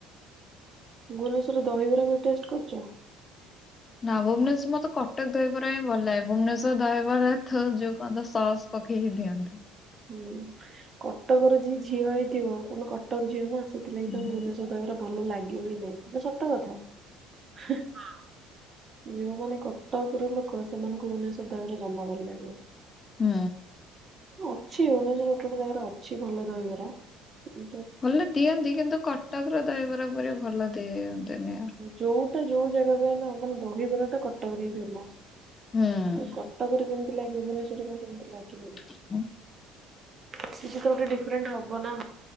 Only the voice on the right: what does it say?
ଭୁବନେଶ୍ଵରରେ ଦହିବରା କୁ ଟେଷ୍ଟ କରୁଛ।
ହୁଁ କଟକର ଯିଏ ଝିଅ ହେଇଥିବ ତମେ କଟକ ଝିଅ ନା। ସେଥିଲାଗି
ତମକୁ
ଭୁବନେଶ୍ୱର ଦହିବରା ଭଲ ଲାଗିବ ହିଁ ନାଇଁ ଏଟା ସତ କଥା ହଁ। ଯୋଉମାନେ କଟକ ର ଲୋକ ସେମାନଙ୍କୁ ଭୁବନେଶ୍ଵର ଦହିବରା ଜମା ଭଲ ଲାଗିବନି।
ଅଛି ଭୁବନେଶ୍ୱର ଗୋଟେ ଗୋଟେ ଜାଗାରେ ଅଛି ଭଲ ଦହିବରା‌। <unintelligible>
ଯୋଉଟା ଯୋଉ ଜାଗା ପାଇଁ ନା ମାନେ ଦହିିବରା ଟା କଟକ ହିଁ ଫେମସ ତ
କ କଟକରେ ଯେମିତି ଲାଗିବ ଭୁବନେଶ୍ୱର କ ସେମିତି ଲାଗିବ କି?
କିଛି ତ ଗୋଟେ ଡିଫରେଣ୍ଟ ହବ ନା?